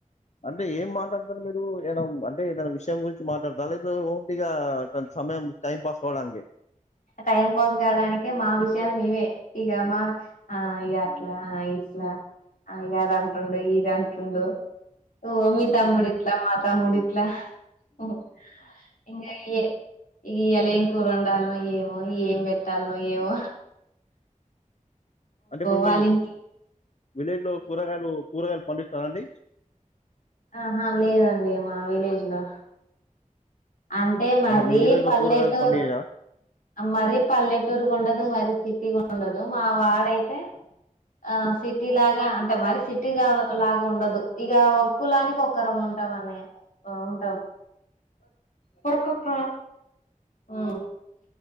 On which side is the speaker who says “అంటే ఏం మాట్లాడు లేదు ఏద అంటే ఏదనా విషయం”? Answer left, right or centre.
Left